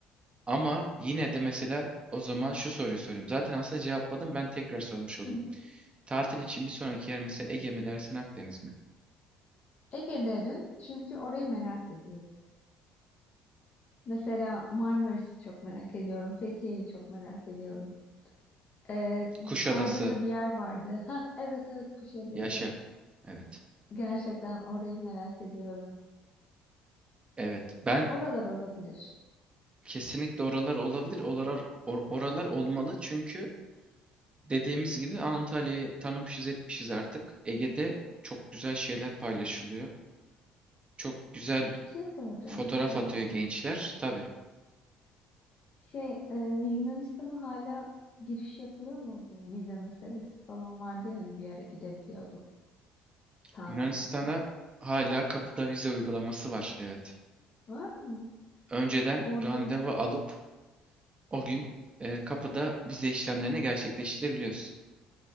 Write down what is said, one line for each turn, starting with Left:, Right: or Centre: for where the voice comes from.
Right: Ama yine de mesela o zaman şu soruyu sorayım. Zaten aslında cevapladım, ben tekrar sormuş olayım.
Left: Hı.
Right: Tatil için bir sonraki yer mesela Ege mi dersin, Akdeniz mi?
Left: Ege derim çünkü orayı merak ediyorum. Mesela Marmaris'i çok merak ediyorum. Fethiye'yi çok merak ediyorum. Ee,
Right: Kuşadası,
Left: Aydın'da bir yer vardı. Ha evet evet Kuşadası.
Right: yaşa. Evet.
Left: Gerçekten orayı merak ediyorum.
Right: Evet. Ben
Left: Oralar olabilir.
Right: kesinlikle oralar olabilir. Oralar or- oralar olmalı çünkü Dediğimiz gibi Antalya'yı tanımışız etmişiz artık. Ege'de çok güzel şeyler paylaşılıyor. Çok güzel
Left: Bir şey soracağım
Right: fotoğraf
Left: sana.
Right: atıyor gençler. Tabii
Left: Şey, e, Yunanistan'a hala giriş yapılıyor mu bu vize meselesi falan vardı ya hani bir yere gidebiliyordu tatil
Right: Yunanistan'a
Left: için.
Right: hala kapıda vize uygulaması var. Evet.
Left: Var mı?
Right: Önceden
Left: Or
Right: randevu alıp o gün e, kapıda vize işlemlerini gerçekleştirebiliyorsun.